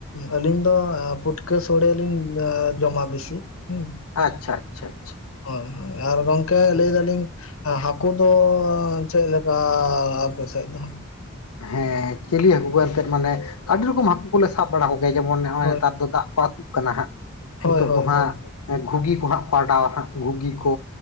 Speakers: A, on the left; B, on the left.
A: ᱟᱞᱤᱧ ᱫᱚ ᱯᱩᱴᱠᱟᱹ ᱥᱚᱲᱮ ᱞᱤᱧ ᱡᱚᱢᱟ ᱵᱮᱥᱤ ᱦᱩᱸ
B: ᱟᱪᱪᱷᱟ ᱟᱪᱪᱷᱟ ᱟᱪᱪᱷᱟ
A: ᱦᱳᱭ ᱦᱳᱭ ᱟᱨ ᱜᱚᱝᱠᱮ
B: ᱦᱩᱸ
A: ᱞᱟᱹᱭ ᱫᱟᱞᱤᱧ ᱦᱟᱹᱠᱩ ᱫᱚ ᱪᱮᱫ ᱞᱮᱠᱟ ᱟᱯᱮ ᱥᱮᱫ ᱫᱚ
B: ᱦᱮᱸ ᱪᱤᱞᱤ ᱦᱟᱹᱠᱩ ᱠᱚ ᱮᱱᱛᱮᱫ ᱢᱟᱱᱮ ᱟᱹᱰᱤ ᱨᱚᱠᱚᱢ ᱦᱟᱹᱠᱩ ᱠᱚᱞᱮ ᱥᱟᱵ ᱵᱟᱲᱟ ᱠᱚᱜᱮᱭᱟ ᱡᱮᱢᱚᱱ ᱱᱚᱜᱼᱚᱭ
A: ᱦᱳᱭ
B: ᱱᱮᱛᱟᱨ ᱫᱚ ᱫᱟᱜ ᱟᱹᱛᱩᱜ ᱠᱟᱱᱟ ᱦᱟᱸᱜ
A: ᱦᱳᱭ
B: ᱱᱤᱛᱚᱜ
A: ᱦᱳᱭ
B: ᱫᱚ ᱦᱟᱸᱜ
A: ᱦᱳᱭ
B: ᱜᱷᱩᱜᱤ ᱠᱚ ᱦᱟᱸᱜ ᱠᱚ ᱚᱰᱟᱣᱟ ᱦᱟᱸᱜ ᱜᱷᱩᱜᱤ ᱠᱚ